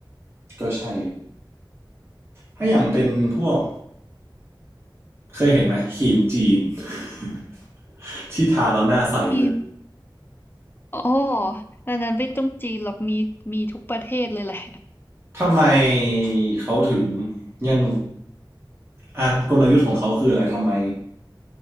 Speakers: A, on the right; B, on the left.
A: ก็ใช่ถ้าอย่างเป็นพวกเคยเห็นไหมครีมจีน <laughs> ที่ทาแล้วหน้าใสเลย
B: ทีมอ๋ออันนั้นไม่ต้องจีนหรอกมีมีทุกประเทศเลยแหละ
A: ทำไมเขาถึงยังอ่ะกลยุทธ์ของเขาคืออะไรทำไม